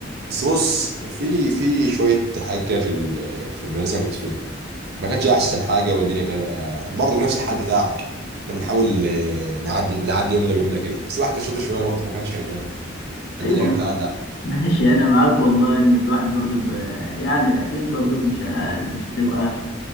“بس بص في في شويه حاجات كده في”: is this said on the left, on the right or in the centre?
Right